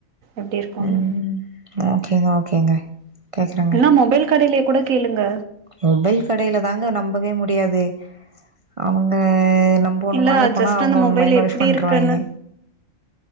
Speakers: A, on the right; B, on the right.
A: எப்டி இருக்கோனு
B: ம் ஓகேங்க ஓகேங்க கேக்குறேங்க
A: இல்னா மொபைல் கடைலே கூட கேளுங்க
B: மொபைல் கடைல தாங்க நம்பவே முடியாது அவுங்க நம் நம்ப ஒன்னு
A: இல்ல
B: வாங்க போனா ப ஒன்னு வாங்கப்போனா
A: ஜஸ்ட்
B: அவுங்க
A: அந்த
B: ஒன்னு
A: மொபைல்
B: மைண்ட்வாஷ்
A: எப்டி
B: பண்ருவாய்ங்க
A: இருக்குன்னு